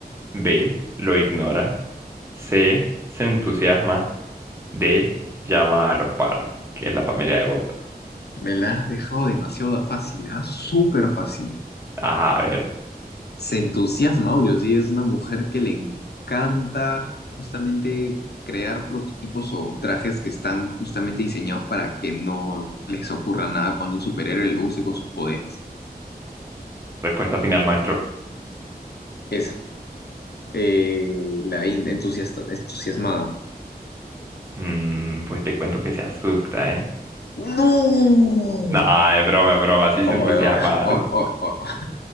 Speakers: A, on the right (about 15°); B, on the left (about 80°).
A: B. Lo ignora. C. Se entusiasma. D. Llama a los Parr, que es la familia de Bob.
B: Me la has dejado demasiado fácil, ¿ah? Súper fácil.
A: Ah, a ver,
B: Se entusiasma, obvio, sí. Es una mujer que le encanta justamente crear prototipos o trajes que están justamente diseñados para que no les ocurra nada cuando un superhéroe lo use con sus poderes.
A: respuesta final, maestro.
B: Es eh, la India entusiasta, entusiasmada.
A: Mm, pues te cuento que se asusta, ¿eh?
B: ¡No!
A: No, es broma, es broma, sí
B: Ay,
A: se entusiasma.
B: ay, ay, ay, ay.